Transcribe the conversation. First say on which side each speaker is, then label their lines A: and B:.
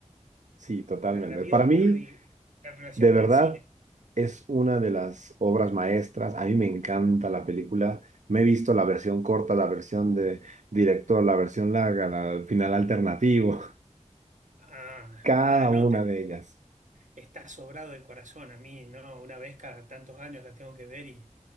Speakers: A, on the right; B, on the right.
A: sí, totalmente.
B: a la vida
A: Para
B: de pueblo
A: mí.
B: y la relación
A: De verdad,
B: con el cine.
A: es una de las obras maestras. A mí me encanta la película. Me he visto la versión corta, la versión de director, la versión larga, la- el final alternativo,
B: Ah,
A: <laughs> cada
B: ah, no,
A: una de ellas.
B: está sobrado de corazón a mí, ¿no? Una vez cada tantos años la tengo que ver y